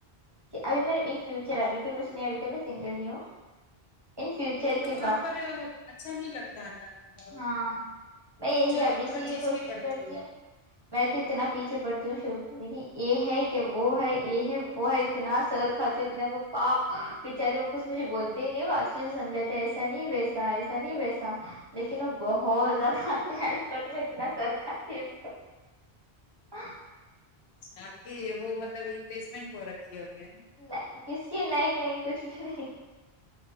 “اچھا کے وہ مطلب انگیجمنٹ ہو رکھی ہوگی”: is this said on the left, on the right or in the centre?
Left